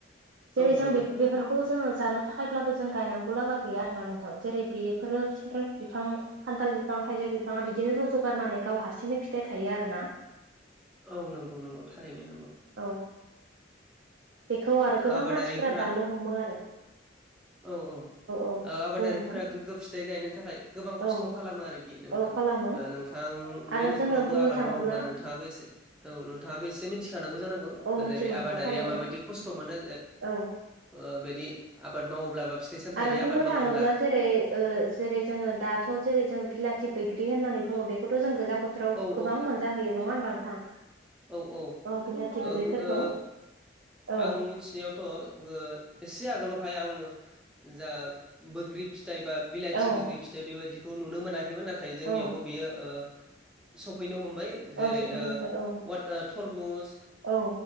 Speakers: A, on the right (about 75°); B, in the centre.
A: जेरै
B: औ
A: जों
B: नंगौ
A: बे बेफोरखौ जोङो जानो थाखायब्लाबो जों गायनांगौ लागा गैया आरोना नोंथां जेरै बेफोरो सामफ्राम बिफां खान्थाल बिफां बिफां थाइजौ बिफाङा बिदिनो रज'गारनानै गाव हारसिंनो फिथाइ थायो आरो ना।
B: औ नंगौ नंगौ थारैनो नंगौ।
A: औ बेखौ आरो
B: ओ
A: गोबां
B: आबादारिफोरा
A: मानसिफोरा दाननो हमो आरो।
B: औ औ
A: औ
B: आबादारिफोरा
A: बुं नोंथां
B: गोग्गो फिथाइ गायनो थाखाय गोबां खस्थ'
A: औ
B: खालामो आरोखि नोंथां
A: औ खालामो
B: ओ नोंथांनि
A: आरो
B: नखरावबो
A: जोङो बुंनो
B: आबाद
A: थाङोब्ला
B: मावोब्ला नोंथाङाबो एसे औ नोंथाङाबो एसे मिथिखानांगौ जानांगौ
A: औ मिथिगौ
B: जेरै
A: नोंथां
B: आबादारिया
A: थारैनो
B: माबादि खस स्थ मोनो
A: औ
B: ओ बिदि आबाद मावोब्ला फिथाइ सामथाइनि
A: आरो बुंनो
B: आबाद
A: थाङोब्ला
B: मावोब्ला
A: जेरै जेरै जोङो दाथ' जेरै जोङो बिलाथि बैग्रि होननानै बुङो बेखौथ' जों गोजां बोथोराव
B: औ औ
A: गोबां मोनजाहोयो नङा होनबा नोंथां?
B: औ औ
A: औ बिलाथि बैग्रिफोरखौ
B: ओ ओ
A: औ
B: आं मिथिनायावथ' ओ एसे आगोलावहाय आङो जा बोग्रि फिथाइ बा बिलाइथि
A: औ
B: बोग्रि फिथाइ बेबायदि नुनो मोनाखैमोन नाथाय जोंनियावबो
A: औ
B: बेयो ओ सफैनो हमबाय जेरै
A: औ सफैनो
B: ओ
A: मोनबाय औ
B: वा थरमुस
A: औ